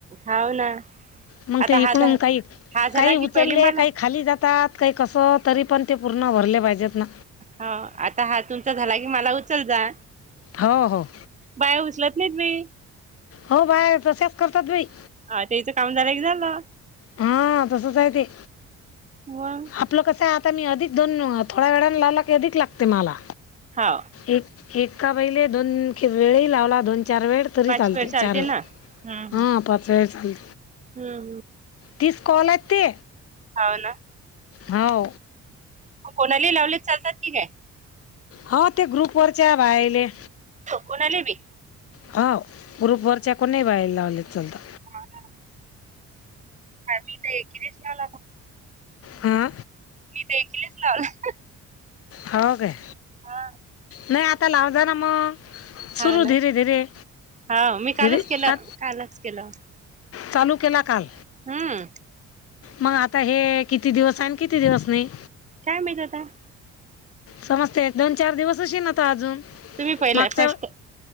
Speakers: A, on the right; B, on the left.
A: हाव ना
B: मग
A: आता
B: ते इकडून
A: हा झा
B: काही
A: हा झाला
B: काही उचलले,
A: की पहिले मला
B: काही खाली जातात. काही कसं तरी पण ते पूर्ण भरले पाहिजेत ना.
A: हा आता हा तुमचा झाला, की मला उचल जा.
B: हो, हो.
A: बाया उचलत नायत बाई.
B: हो बाया तशाच करत्यात बाई.
A: हा तेचं काम झालं की झालं.
B: हा, तसच आहे ते.
A: मग
B: आपलं कसं आहे आता मी अधिक दोन थोड्या वेळाने लावला की अधिक लागते मला.
A: हाव.
B: एक एका बाईले दोन वेळी लावला. दोन चार वेळ तरी
A: पाच
B: चालते
A: पेड
B: चार वेळा,
A: ना हम्म हम्म.
B: हां पाच वेळा चालते.
A: हम्म.
B: तीस कॉल आहेत ते.
A: हाव ना.
B: हो.
A: कोणालाही लावले चालतात की काय?
B: हो ते ग्रुपवरच्या बाईले.
A: कोणाले बी?
B: हो‌ ग्रुपवरच्या कोणीही बायला लावले चालत.
A: हा ना. हा मी तर एकेलाच लावले फोन.
B: हा
A: मी तर एकिलाच लावला.
B: हाव‌ काय?
A: हा
B: नाही आता लाव जा ना मग.
A: हाव
B: सुरू
A: ना
B: धीरे, धीरे.
A: हाव मी कालच
B: धीरे
A: केलं
B: आ
A: कालच केलं.
B: चालू केला काल.
A: हम्म
B: मग आता हे किती दिवस आहे आणि किती दिवस नाही.
A: काय माहित आता.
B: समजते दोन चार दिवस अशीन अशीन आता अजून.
A: तुम्ही पहिला
B: मागच्या
A: फर्स्ट